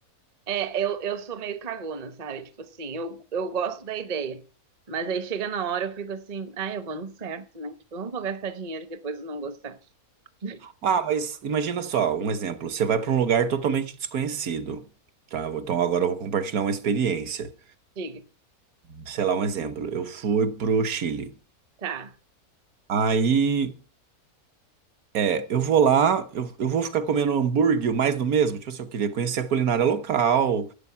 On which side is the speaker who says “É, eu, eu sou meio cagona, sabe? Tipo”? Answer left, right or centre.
Right